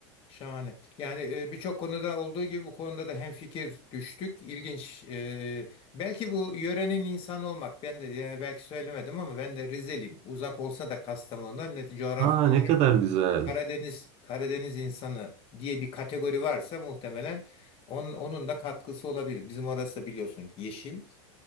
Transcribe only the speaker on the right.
Aa ne kadar güzel.